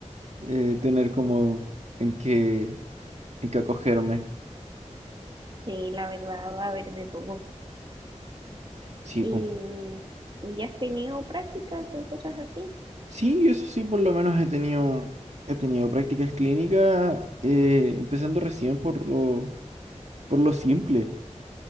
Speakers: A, on the right; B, on the right.
A: eh, tener como en qué, en qué acogerme.
B: Sí, la verdad va a haber de todo.
A: Sí,
B: ¿Y
A: pues.
B: ya has tenido prácticas o cosas así?
A: Sí, yo eso sí, por lo menos he tenido, he tenido prácticas clínicas, eh, empezando recién por lo, por lo simple.